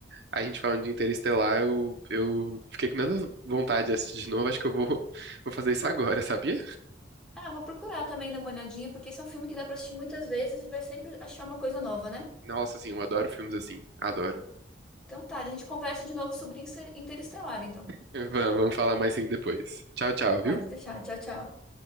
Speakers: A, on the right; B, in the centre.
A: A gente falando de Interestelar, eu, eu fiquei com tanta vontade de assistir de novo. Acho que eu vou, <laughs> vou fazer isso agora, sabia?
B: Ah, vou procurar também dar uma olhadinha, porque esse é um filme que dá pra assistir muitas vezes e vai sempre achar uma coisa nova, né?
A: Nossa, assim, eu adoro filmes assim. Adoro.
B: Então tá, a gente conversa de novo sobre Inter- Interestelar, então.
A: <laughs> Vamos vamos falar mais sim depois. Tchau, tchau, viu?
B: Pode deixar. Tchau, tchau.